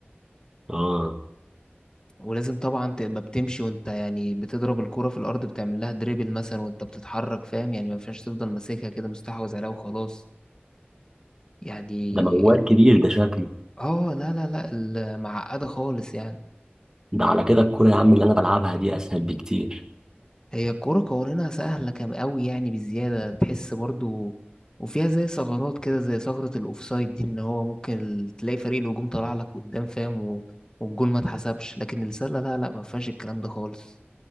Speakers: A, on the right (about 15°); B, on the left (about 20°).
A: اه
B: ولازم طبعا تبقى بتمشي وانت يعني بتضرب الكوره في الارض بتعمل لها دريبل مثلا وانت بتتحرك فاهم يعني ما ينفعش تفضل ماسكها كده مستحوذ عليها وخلاص يعني
A: ده موال كبير ده شكله
B: اه لا لا لا ال- معقده خالص يعني
A: ده على كده الكورة يا عم اللي انا بلعبها دي اسهل بكتير
B: هي الكورة قوانينها سهلة كم أوي يعني بالزيادة تحس برضو وفيها زي ثغرات كده زي ثغرة الأوفسايد دي إن هو ممكن ال- تلاقي فريق الهجوم طلع لك قدام فاهم و... والجون ما اتحسبش لكن السلة لا لا ما فيهاش الكلام ده خالص